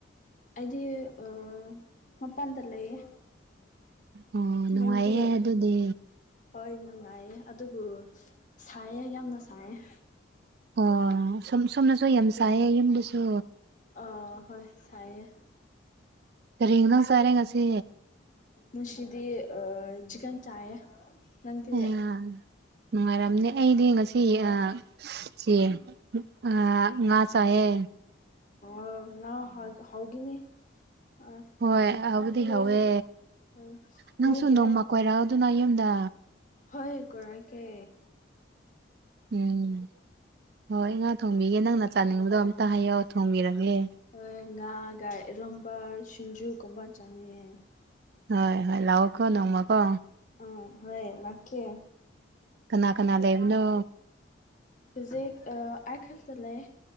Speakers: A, on the left (about 40°); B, on the right (about 55°).
A: ꯑꯩꯗꯤ ꯑ ꯃꯄꯥꯟꯗ ꯂꯩꯌꯦ
B: ꯑꯣ ꯅꯨꯡꯉꯥꯏꯌꯦ
A: ꯅꯪꯗꯤ
B: ꯑꯗꯨꯗꯤ
A: ꯍꯣꯏ ꯅꯨꯡꯉꯥꯏꯌꯦ ꯑꯗꯨꯕꯨ ꯁꯥꯏꯌꯦ ꯌꯥꯝꯅ ꯁꯥꯏꯌꯦ
B: ꯑꯣ ꯁꯨꯝ ꯁꯣꯝꯅꯁꯨ ꯌꯥꯝ ꯁꯥꯏꯌꯦ ꯌꯨꯝꯗꯁꯨ
A: ꯑ ꯍꯣꯏ ꯁꯥꯏꯌꯦ
B: ꯀꯔꯤ ꯏꯟꯖꯥꯡ ꯆꯥꯔꯦ ꯉꯁꯤ
A: ꯉꯁꯤꯗꯤ ꯑ ꯆꯤꯀꯟ ꯆꯥꯏꯌꯦ ꯅꯪꯗꯤ
B: ꯑꯌꯥ ꯅꯨꯡꯉꯥꯏꯔꯝꯅꯤ ꯑꯩꯗꯤ ꯉꯁꯤ ꯌꯥ ꯆꯦꯡ ꯑ ꯉꯥ ꯆꯥꯏꯌꯦ
A: ꯑ ꯉꯥ ꯍꯥꯠ ꯍꯥꯎꯒꯤꯅꯤ ꯑꯥ
B: ꯍꯣꯏ ꯑꯍꯥꯎꯕꯨꯗꯤ
A: ꯅꯣꯏ
B: ꯍꯥꯎꯋꯦ
A: ꯑꯥ
B: ꯅꯪꯁꯨ
A: ꯅꯣꯏꯒꯤ
B: ꯅꯣꯡꯃ
A: ꯃ
B: ꯀꯣꯏꯔꯛ ꯎꯗꯨꯅ ꯌꯨꯝꯗ
A: ꯍꯣꯏ ꯀꯣꯔꯥꯛꯀꯦ
B: ꯎꯝ ꯍꯣꯏ ꯉꯥ ꯊꯣꯡꯕꯤꯒꯦ ꯅꯪꯅ ꯆꯥꯅꯤꯡꯕꯗꯣ
A: ꯑꯥ
B: ꯑꯝꯇ ꯍꯥꯏꯌꯣ ꯊꯣꯡꯕꯤꯔꯒꯦ
A: ꯍꯣꯏ ꯉꯥꯥꯒ ꯏꯔꯣꯝꯕ ꯁꯤꯡꯖꯨ ꯀꯨꯝꯕ ꯆꯥꯅꯤꯡꯉꯦ
B: ꯍꯣꯏ ꯍꯣꯏ ꯂꯥꯛꯑꯣꯀꯣ ꯅꯣꯡꯃꯀꯣ
A: ꯑ ꯍꯣꯏ ꯂꯥꯛꯀꯦ
B: ꯀꯅꯥ ꯀꯅꯥ ꯂꯩꯕꯅꯣ
A: ꯍꯨꯖꯤꯛ ꯑ ꯑꯩ ꯈꯛꯇꯥ ꯂꯩ